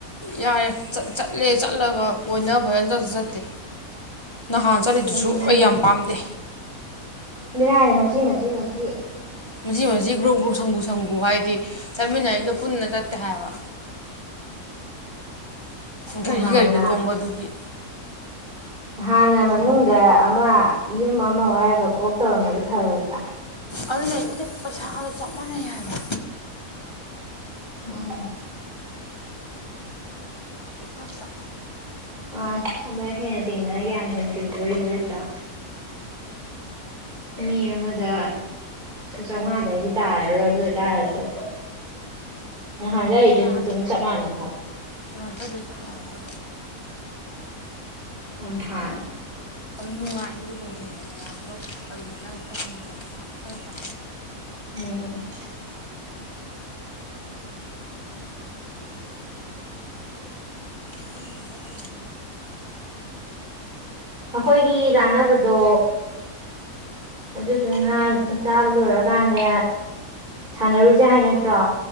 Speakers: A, on the left; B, on the right.
A: ꯌꯥꯔꯦ ꯆꯠ ꯆꯠꯂꯦ ꯆꯠꯂꯒ ꯑꯣꯏꯅ ꯐꯖꯅ ꯆꯠꯁꯨ ꯆꯠꯇꯦ ꯅꯍꯥꯟ ꯆꯠꯂꯤꯗꯨꯁꯨ
B: ꯂꯩꯃꯟꯒ꯭ꯔꯦ
A: ꯑꯩ ꯌꯥꯝ ꯄꯥꯝꯗꯦ
B: <unintelligible> ꯃꯆꯤ ꯃꯆꯤ ꯃꯆꯤ
A: ꯃꯆꯤ ꯃꯆꯤ ꯒ꯭ꯔꯨꯞ ꯒ꯭ꯔꯨꯞ ꯁꯪꯒꯨ ꯁꯪꯒꯨ ꯍꯥꯏꯗꯤ ꯆꯠꯃꯤꯟꯅꯔꯤꯗ ꯄꯨꯟꯅ ꯆꯠꯇꯦ ꯍꯥꯏꯕ ꯒꯥꯔꯤ
B: ꯑ ꯍ ꯍꯥꯟꯅ
A: ꯒꯥꯔꯤꯗ ꯇꯣꯡꯕ ꯑꯗꯨꯒꯤ
B: ꯍꯥꯟꯅ ꯃꯅꯨꯡꯗ ꯑꯃ ꯌꯨꯝ ꯑꯃ ꯋꯥꯏꯔꯒ ꯀꯣꯛ ꯇꯧꯔꯝꯃꯒꯦ ꯐꯔꯣꯏꯒ
A: ꯑꯗꯨꯅꯦ ꯑꯩꯗꯤ ꯄꯩꯁꯥꯗꯣ ꯆꯞ ꯃꯥꯟꯅꯩ ꯍꯥꯏꯕ
B: ꯎꯝ
A: ꯍꯇꯥ
B: ꯑ ꯑꯗ ꯍꯦꯟꯅ ꯇꯤꯡꯅꯅꯒ ꯌꯥꯝ ꯍꯦꯟꯅ ꯇꯤꯡꯗꯣꯔꯤꯗꯤ ꯅꯠꯇ꯭ꯔꯥ ꯃꯤ ꯑꯃꯗ ꯆꯥꯝꯃꯉꯥꯗꯩꯗꯤ ꯇꯥꯔꯔꯣꯏ ꯑꯗꯨ ꯑꯣꯏꯇꯥꯔꯁꯨ ꯉꯍꯖ ꯑꯗꯨꯗꯤ
A: ꯅꯍꯥꯟ
B: ꯑꯗꯨꯝ ꯆꯞ ꯃꯥꯟꯅꯩ ꯍꯥꯏꯕ
A: ꯅꯍꯥꯟ ꯆꯠꯂꯤ ꯆꯞ ꯃꯥꯟꯅꯗ꯭ꯔꯣ
B: ꯑꯍꯥ
A: ꯅꯨꯡꯉꯥꯏꯅꯤ ꯑꯗꯨꯅꯧꯕꯦꯅ ꯃꯌꯥꯝꯗꯣ ꯑꯗꯨꯗ ꯈꯤꯇꯪ ꯈꯣꯠꯇꯅ ꯇꯧꯔ ꯆ
B: ꯎꯝ
A: ꯊꯪꯗꯗ ꯇ
B: ꯑꯩꯈꯣꯏꯒꯤ ꯆꯥꯅꯕꯗꯣ ꯑꯗꯨꯗꯨꯅ ꯆꯥꯕ ꯂꯣꯏꯔꯀꯥꯟꯗ ꯁꯥꯟꯅꯔꯨꯁꯦ ꯍꯥꯏ ꯅꯠꯇ꯭ꯔꯣ